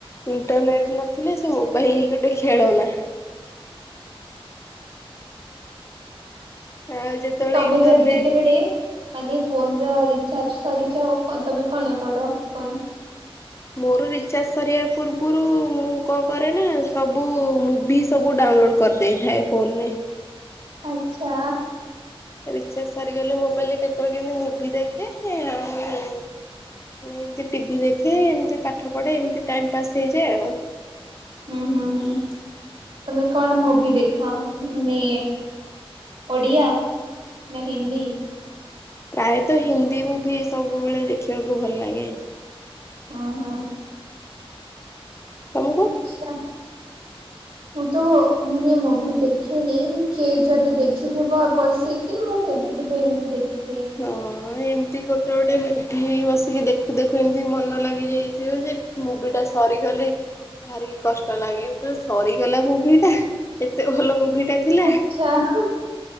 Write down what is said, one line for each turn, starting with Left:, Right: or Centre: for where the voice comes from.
Left: ଇଣ୍ଟରନେଟ ନଥିଲେ ସେ ମୋବାଇଲ ଗୋଟେ ଖେଳ ନା। ଆଉ ଯେତେବେଳେ
Right: ତମେ
Left: ଇଣ୍ଟରନେଟ
Right: ଯଦି ଯେତେବେଳେ ମାନେ ଫୋନ ର ରିଚାର୍ଜ ସରିଯାଅ ତମେ କଣ କର କ
Left: ମୋର ରିଚାର୍ଜ ସରିବା ପୂର୍ବରୁ ମୁଁ କଣ କରେ ନା ସବୁ ମୁଭି ସବୁ ଡ଼ାଉ ଡାଉନଲୋଡ କରିଦେଇଥାଏ ଫୋନରେ।
Right: ଆଛା।
Left: ରିଚାର୍ଜ ସରିଗଲେ ମୋବାଇଲରେ କେତେବେଳେ କେମତି ମୁଁଭି ଦେଖେ ଆଉ ଏମିତି ଟିଭିି ଦେଖେ ଏମିତି ପାଠ ପଢେ ଏମତି ଟାଇମ ପାସ୍ ହେଇଯାଏ ଆଉ
Right: ହୁଁ ହୁଁ ହୁଁ ତମେ କଣ ମୁଭି ଦେଖା ମାନେ ଓଡ଼ିଆ ନା ହିନ୍ଦୀ।
Left: ପ୍ରାୟତଃ ହିନ୍ଦୀ ମୁଭି ସବୁବେଳେ ଦେଖିବାକୁ ଭଲ ଲାଗେ।
Right: ହ ହୋ
Left: ତମକୁ?
Right: ଆଚ୍ଛା। ମୁଁ ତ ମାନେ ମୁଁଭି ଦେଖେନି କିଏ ଯଦି ଦେଖିଥିବ ବସିକି ମୁଁ ଏବେ କେବେ ଏମିତି ଦେଖି
Left: ହଁ ଏମତି ଗୋଟେ ଗୋଟେ ମୁଭି ବସିକି ଦେଖୁ ଦେଖୁ ଏମିତି ମନ ଲାଗିଯାଇଥିବ ଯେ ମୁଭି ଟା ସରିଗଲେ ଭାରି କଷ୍ଟ ଲାଗେ ବ ସରିଗଲା ମୁଭି ଟା ଏତେ ଭଲ ମୁଭି ଟା ଥିଲା।
Right: ଆଚ୍ଛା ହଁ